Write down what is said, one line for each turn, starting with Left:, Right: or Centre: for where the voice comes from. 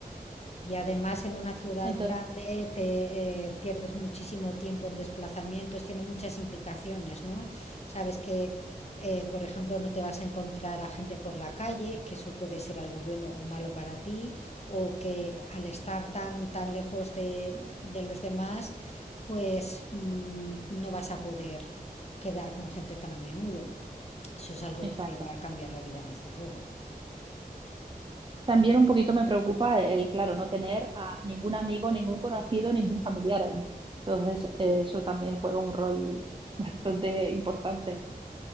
Left: Y además en una ciudad
Right: Entonces,
Left: grande te eh, pierdes muchísimo tiempo en desplazamientos, tiene muchas implicaciones, ¿no? Sabes que, eh, por ejemplo, no te vas a encontrar a gente por la calle, que eso puede ser algo bueno o malo para ti, o que al estar tan, tan lejos de, de los demás, pues mm, no vas a poder quedar con gente tan a menudo. Eso es algo
Right: Exacto.
Left: que te va a cambiar la vida, desde luego.
Right: También un poquito me preocupa el, claro, no tener a ningún amigo, ningún conocido, ningún familiar ahí. Entonces, eh, eso también juega un rol <laughs> bastante importante.